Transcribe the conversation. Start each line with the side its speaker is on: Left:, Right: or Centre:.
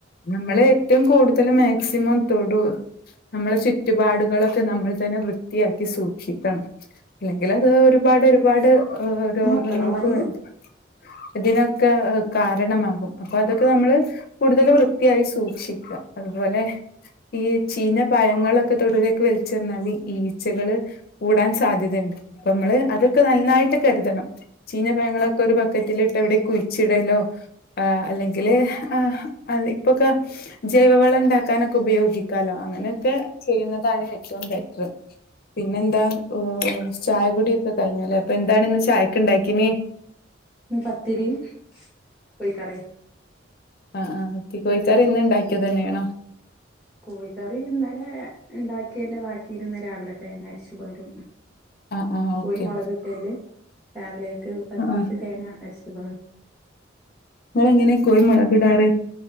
Left: ഞമ്മള് ഏറ്റവും കൂടുതൽ മാക്സിമം തൊടു നമ്മളെ ചു റ്റുപാടുകളൊക്കെ നമ്മൾ തന്നെ വൃത്തിയാക്കി സൂക്ഷിക്കണം. അല്ലെങ്കിലൊക്കെ ഒരുപാട് ഒരുപാട് ഏഹ് രോഗങ്ങൾക്കും
Centre: ഉമ്മക്കണോ മടിയില്
Left: ത് ഇതിനൊക്കെ കാരണമാകും അപ്പൊ അതൊക്കെ നമ്മള് കൂടുതൽ വൃത്തിയായി സൂക്ഷിക്ക അതുപോലെ ഈ ചീഞ പഴങ്ങള് ക്കെ തൊടുലേക്ക് വലിച്ചറിഞ്ഞാല് ഈച്ചകള് കൂടാൻ സാധ്യത ഇണ്ട് അപ്പ ഇമ്മള് അതൊക്കെ നന്നായിട്ട് കരുതണം. ചീഞ പഴങ്ങളൊക്കെ ഒരു ബക്കറ്റിലിട്ട് എവിടെ കുഴിച്ചിടലോ ആഹ് അല്ലെങ്കില് ആഹ് അതി ഇപ്പക്കെ ജൈവവളം ഇണ്ടാക്കാനൊക്കെ ഉപയോഗിക്കാലോ അങ്ങനെയൊക്കെ ചെയ്യുന്നതാണ് ഏറ്റവും ബെറ്റർ പിന്നെന്താ ഓ ചായ കുടിയൊക്കെ കഴിഞ്ഞല്ലേ അപ്പൊ എന്താണ് ഇന്ന് ചായക്ക്‌ ഇണ്ടാക്കിന്
Centre: ഇന്ന് പത്തിരിം കോഴിക്കറിം
Left: ആഹ് ആഹ് ഒക്കെ കോഴിക്കാറിന്ന് ഇന്ന് ഇണ്ടാക്കിയത് തന്നേനോ
Centre: കോഴിക്കറി ഇന്നലെ ഇണ്ടാക്യേന്റെ ബാക്കിൽ ഇന്ന് രാവിലെ തേങ്ങ അരച്ച് പാരും
Left: ആഹ് ആഹ്
Centre: കൊയിമൊളകെട്ടേല്
Left: ഓക്കെ
Centre: രാവിലേക്ക് പത്തിരീക്ക്
Left: ആഹ്
Centre: തേങ്ങ അര്ച്ട്ട് പാർ
Left: ഇങ്ങളെങ്ങനെ കോയി മൊളകിടാർ